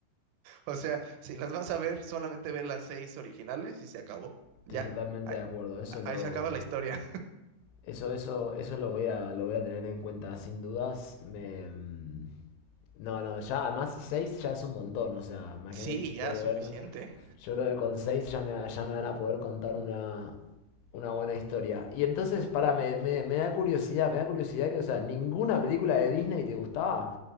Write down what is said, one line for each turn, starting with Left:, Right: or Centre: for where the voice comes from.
Right: O sea, si las vas a ver, solamente ve las seis originales y se acabó.
Left: Estoy
Right: Ya,
Left: totalmente
Right: ahí,
Left: de acuerdo, eso lo...
Right: ahí se acaba la historia.
Left: Eso, eso, eso lo voy a, lo voy a tener en cuenta sin dudas. Me... mm, No, no, ya además 6 ya es un montón, o sea, imagínate,
Right: Sí, ya,
Left: tengo que
Right: suficiente.
Left: ver, ¿no? Yo creo que con 6 ya me, ya me van a poder contar una, una buena historia. Y entonces, para, me, me, me da curiosidad, me da curiosidad que, o sea, ninguna película de Disney te gustaba.